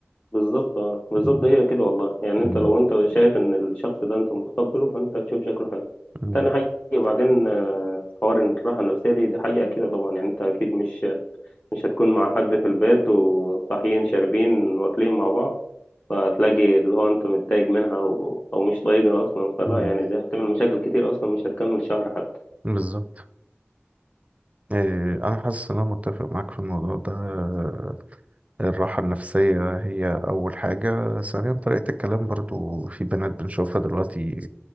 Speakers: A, on the left; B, on the right.
A: بالظبط اه بالظبط
B: مم.
A: هي كده والله يعني انت
B: مم.
A: لو انت شايف ان الشخص ده انت متقبله فانت تشوف شكله حلو
B: مم.
A: تاني حاجة وبعدين آه، حوار ان الراحة النفسية دي دي حاجة أكيدة طبعا يعني انت أكيد مش مش هتكون مع حد في البيت وصاحيين شاربين واكلين مع بعض فتلاقي اللي هو انت متضايق منها او, أو مش طايقها اصلا فلا
B: مم.
A: يعني دي هتعمل مشاكل كتير اصلا مش هتكمل شهر حتى
B: بالظبط إيه، أنا حاسس إن أنا متفق معاك في الموضوع ده آه، الراحة النفسية هي أول حاجة ثانيا طريقة الكلام برضو في بنات بنشوفها دلوقتي